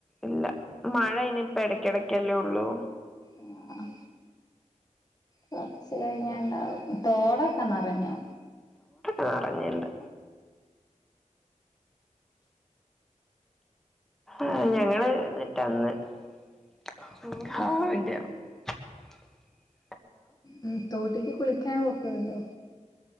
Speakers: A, in the centre; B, on the left.
A: ഇല്ല മഴ ഇനിയിപ്പ ഇടയ്ക്കിടക്കല്ലേ ഒള്ളൂ
B: ആ കൊറച്ച് കഴിഞ്ഞ് ഇണ്ടാവും തോടൊക്കെ നിറഞ്ഞു
A: നെറഞ്ഞിണ്ട് ആ ഞങ്ങള് എന്നിട്ടന്ന് <unintelligible>
B: ഉം തോട്ടിക്ക് കുളിക്കാൻ പോക്കതുണ്ടോ